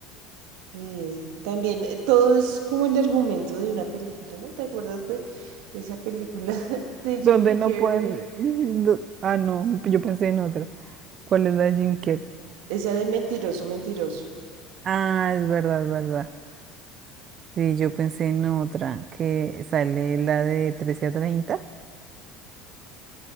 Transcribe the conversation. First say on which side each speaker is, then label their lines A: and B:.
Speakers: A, on the right; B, on the right.
A: Sí, también eh, todo es como el argumento de una película, ¿no? ¿Te acuerdas de esa película <laughs> de Jim
B: Donde no
A: Carrey?
B: pueden... Ah, no, yo pensé en otro. ¿Cuál es la de Jim Carrey?
A: Esa de Mentiroso, Mentiroso.
B: Ah, es verdad, es verdad. Sí, yo pensé en otra, que sale la de 13 a 30.